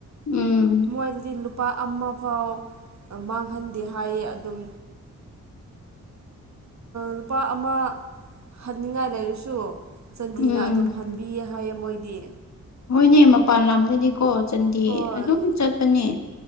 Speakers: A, on the left; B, on the right.
A: ꯎꯝ
B: ꯃꯣꯏꯗꯗꯤ ꯂꯨꯄꯥ ꯑꯃ ꯐꯥꯎ ꯃꯥꯡꯍꯟꯗꯦ ꯍꯥꯏꯌꯦ ꯑꯗꯨꯝ ꯂꯨꯄꯥ ꯑꯃ ꯍꯟꯅꯤꯡꯉꯥꯏ ꯂꯩꯔꯁꯨ ꯆꯟꯗꯤꯅ
A: ꯎꯝ
B: ꯑꯗꯨꯝ ꯍꯟꯕꯤꯌꯦ ꯍꯥꯏꯌꯦ ꯃꯣꯏꯗꯤ
A: ꯍꯣꯏꯅꯦ ꯃꯄꯥꯟ ꯂꯝꯗꯗꯤꯀꯣ ꯆꯥꯟꯗꯤ
B: ꯍꯣꯏ
A: ꯑꯗꯨꯝ ꯆꯠꯄꯅꯦ